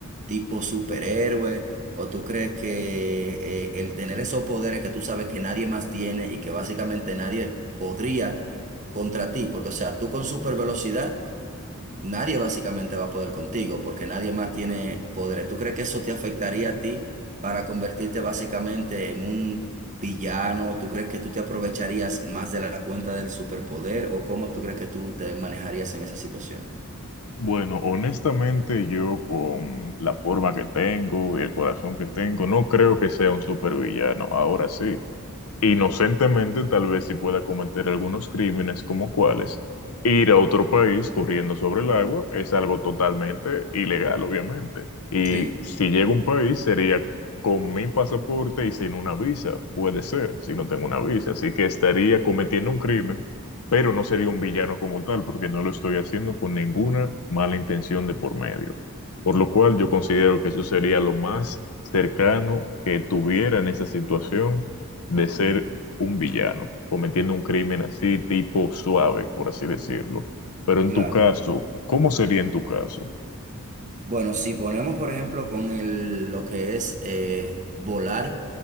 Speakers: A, on the right (about 35°); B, on the left (about 75°).
A: tipo superhéroe o tú crees que eh, el tener esos poderes que tú sabes que nadie más tiene y que básicamente nadie podría contra ti? Porque, o sea, tú con supervelocidad nadie básicamente va a poder contigo porque nadie más tiene poderes. ¿Tú crees que eso te afectaría a ti para convertirte básicamente en un villano? ¿Tú crees que tú te aprovecharías más de la cuenta del superpoder o cómo tú crees que tú te manejarías en esa situación?
B: Bueno, honestamente yo con la forma que tengo y el corazón que tengo, no creo que sea un supervillano. Ahora sí, Inocentemente, tal vez si pueda cometer algunos crímenes como cuáles. Ir a otro país corriendo sobre el agua es algo totalmente ilegal, obviamente. Y
A: Sí.
B: si llega a un país, sería con mi pasaporte y sin una visa. Puede ser, si no tengo una visa. Así que estaría cometiendo un crimen, pero no sería un villano como tal, porque no lo estoy haciendo con ninguna mala intención de por medio. Por lo cual, yo considero que eso sería lo más cercano que tuviera en esa situación de ser un villano, cometiendo un crimen así tipo suave, por así decirlo. Pero en
A: Claro,
B: tu caso,
A: claro.
B: ¿cómo sería en tu caso?
A: Bueno, si ponemos, por ejemplo, con el, lo que es eh, volar,